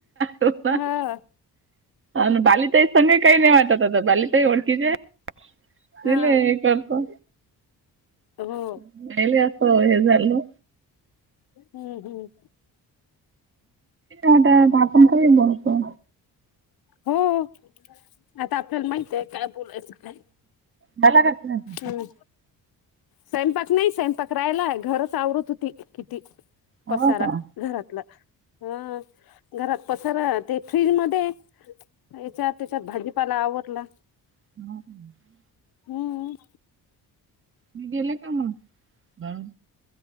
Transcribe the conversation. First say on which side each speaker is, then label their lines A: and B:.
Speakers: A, on the right; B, on the left.
A: रूपा
B: हा
A: आणि बालिताई संग काय नाही वाटत, आता बालिताई ओळखीची आहे. तिले
B: हा
A: हे करतो.
B: हो,
A: पहिले असं हे झालं
B: हम्म हम्.
A: आता आपण काही बोलतो.
B: हो, आता आपल्याला माहित आहे. काय बोलायचं काय?
A: झाला <unintelligible>
B: हम्म स्वयंपाक नाही स्वयंपाक राहिलाय, घरच आवरत होती किती
A: हो
B: पसारा.
A: का
B: घरातलं हा, घरात पसारा ते फ्रीज मध्ये, हेच्यात तेच्यात भाजीपाला आवरला.
A: <unintelligible>
B: हम्म.
A: मी गेले का मगं,